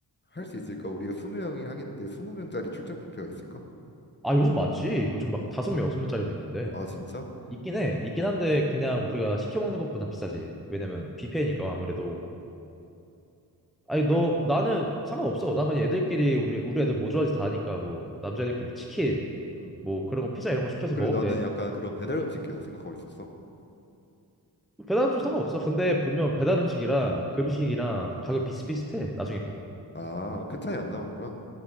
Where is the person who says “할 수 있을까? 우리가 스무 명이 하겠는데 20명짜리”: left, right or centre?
Left